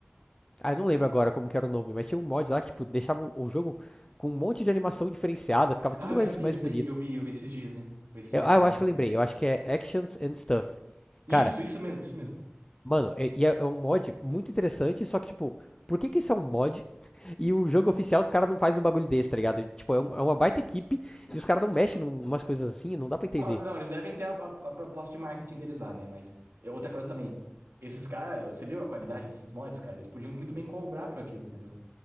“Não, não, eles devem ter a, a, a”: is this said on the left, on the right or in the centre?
Right